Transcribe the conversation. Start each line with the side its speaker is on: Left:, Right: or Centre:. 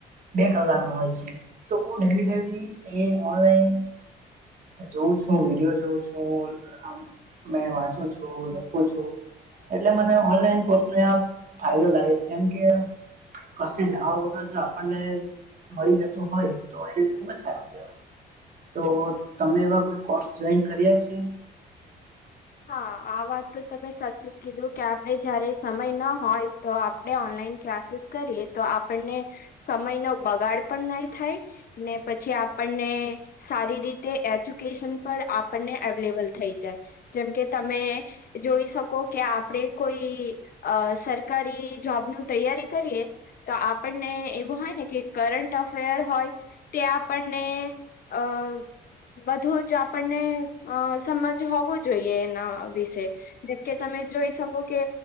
Right: બે કલાક નો હોય છે. તો હું ડેલી ડેલી એ ઓનલાઈન જોઉ છું, વિડીયો જોવું છું, મે વાંચું છું, લખું છું. એટલે મને ઓનલાઈન કોર્સને આ ફાયદો લાગે કેમ કે કશે જવા વગર જો આપણને મળી જતું હોય તો એ ખુબ જ સારું કહેવાય. તો તમે એવા કોઈ કોર્સ જોઈન કર્યા છે?
Left: હા આ વાત તો તમે સાચું કીધું કે આપડે જયારે સમય ના હોય. તો આપણે ઓનલાઈન ક્લાસીસ કરીએ તો આપણને સમય નો બગાડ પણ નહી થાય ને પછી આપણને સારી રીતે એજ્યુકેશન પણ આપણને અવેલેબલ થઈ જાય જેમકે તમે જોઈ શકો કે આપડે કોઈ અ સરકારી જોબ ની તૈયારી કરીએ. તો આપણને એવું હોય ને કે કરંટ અફેર હોય ત્યાં આપણને અ. બધું જ આપણને અ સમજ હોવું જોઈએ એના વિશે જેમકે તમે જોઈ શકો કે.